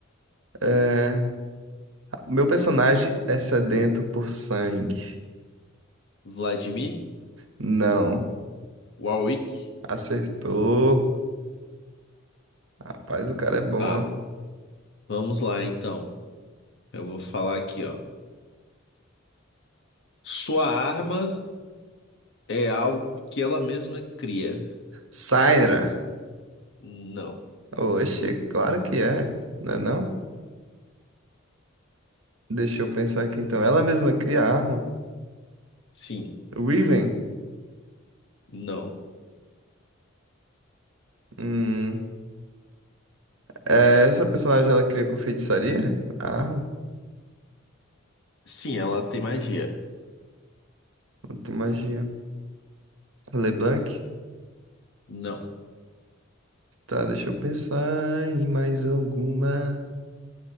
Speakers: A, on the right; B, on the left.
A: É... Meu personagem é sedento por sangue.
B: Vladimir?
A: Não.
B: Warwick?
A: Acertou. Rapaz, o cara é bom,
B: Tá.
A: ó.
B: Vamos lá, então. Eu vou falar aqui, ó. Sua arma é algo que ela mesma cria.
A: Syndra.
B: Não.
A: Oxe, claro que é. Não é não? Deixa eu pensar aqui então. Ela mesma cria a arma.
B: Sim.
A: Riven.
B: Não.
A: Hum. é, Essa personagem ela cria com feitiçaria? A arma?
B: Sim, ela tem magia.
A: de magia. LeBlanc?
B: Não.
A: Tá, deixa eu pensar em mais alguma